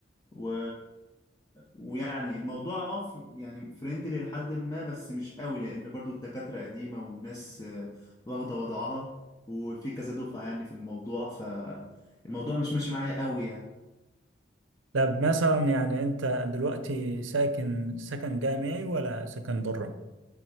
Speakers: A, on the left (about 15°); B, on the right (about 80°).
A: و... ويعني الموضوع اه ف- يعني فريندلي لحد ما بس مش قوي لان برضو الدكاترة قديمة والناس آه، واخدة وضعها وفي كذا دفعة يعني في الموضوع فالموضوع مش ماشي معايا قوي يعني
B: طب مثلا يعني انت دلوقتي ساكن سكن جامعي ولا سكن بره